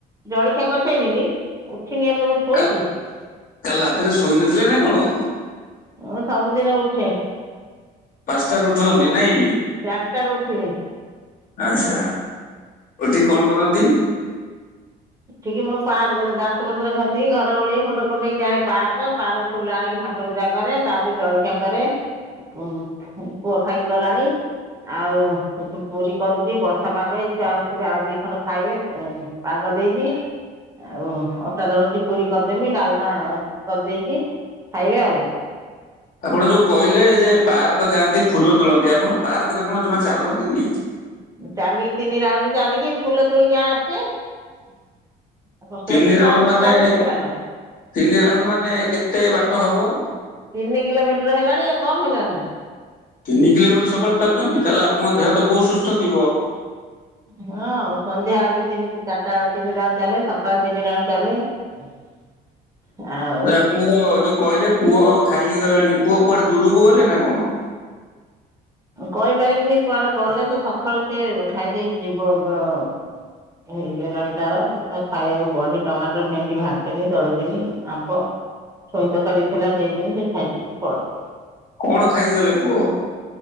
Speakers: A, on the right; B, on the left.
A: ଜଳିଖିଆ କରିସାଇନି ନି ଉଠିନି ଏପର୍ଯ୍ୟନ୍ତ ଶୁଇଁଛି
B: କା କାଲି ରାତିରେ ଶୋଇ ନଥିଲେ ନା କଣ?
A: ମୁଁ ସବୁଦିନ ଉଠେ
B: ପାସ୍ତାରୁ ଉଠୁଛନ୍ତି ନାଇଁ
A: ଚାରିଟା ରୁ ଉଠିବି
B: ଆଚ୍ଛା ଉଠିକି କଣ କରନ୍ତି?
A: ଉଠିକି ମୁଁ ପାର୍କ ଦାସ ପତ୍ର ଘଷି ଘର ଉଳେଇ ମୁଣ୍ଡ କୁଣ୍ଡେଇ ଯାଏ ପାର୍କ ପାର୍କ ଫୁଲ ଆଣିକି ଠା କୁର ପୂଜା କରେ ତାପରେ ଜଳଖିଆ କରେ ଉ ପୁଅ ଖାଇକି ଗଲାଣି ଆଉ ଏଠୁ ପୁରୀ କରିକି ବର୍ଷା ପାଗ ଏଇ ଛୁଆ ଉଠିବେ ଆଉ ଦି ଖଣ୍ଡ ଖାଇବେ କଦେଇଛିି ଆଉ ଅଟା ଦଳୁଛି ପୁରୀ କରିଦେମି ଡାଲମା କରିଦେଇଛି ଖାଇବେ ଆଉ
B: ଆପଣ ଯୋଉ କହିଲେ ଯେ ପାର୍କ ଯାଆନ୍ତି ଫୁଲ ତୋଳନ୍ତି ଆପଣ ପାର୍କ ରେ କଣ ଯମା ଚାଲନ୍ତିନି
A: ଚାଲିକି ତିନି ରାଉଣ୍ଡୁ ଚାଲିକି ଫୁଲ ତୋଳିକି ଆସେ ଆଉ ସେମିତି
B: ତିନି ରାଉଣ୍ଡ
A: ପାର୍କ
B: ମାନେ
A: ଚାଲୁଥିବି ନା କଣ
B: ତିନି ରାଉଣ୍ଡ ମାନେ କେତେ ବାଟ ହବ?
A: ତିନି କିଲୋମିଟର ହେଲାଣି ଆ କମ ହେଲାଣି ନା
B: ତିନି କିଲୋମିଟର ସକାଳୁ ଚାଲୁଛନ୍ତି ତାହେଲେ ଆପଣଙ୍କ ଦେହ ତ ବହୁତ ସୁସ୍ଥ ଥିବ
A: ହଁ ଆଉ ସନ୍ଧ୍ୟା ବେଳେ ବି ସେମି ଚାରିଟା ବେଳେ ତିନିଟା ଵେଳୁ ଚାଲେ ସକାଳ ତିନିଟାଉ ଚାଲେ <inaudible> ଆଉ
B: ଆରେ ଆପଣଙ୍କ ଯୋଉ କହିଲେ ପୁଅ ଖାଇକି ଗଲେଣି ପୁଅ କୁଆଡେ ଦୂରକୁ ଗଲେ ନା କଣ
A: କହିପାରିବିନି କୁଆଡେ ଗଲେ ତ ସକାଳୁ ସିଏ ଖାଇଦେଇକି ଯିବ <unintelligible> ହେଇଗଲାଣି ତାର ଖାଇବାକୁ ବଢି ଟମାଟର ଭେଣ୍ଡି ଭାଜିଦେନି ଦଳିଦେନି ଆମ୍ପ ଛୁଇ ତରକାରୀ ଥିଲା ସେଦେଇ ଦେମି ସେ ଖାଇଦେଇକି ପଳେଇ
B: କଣ ଖାଇଗଲେ ପୁଅ?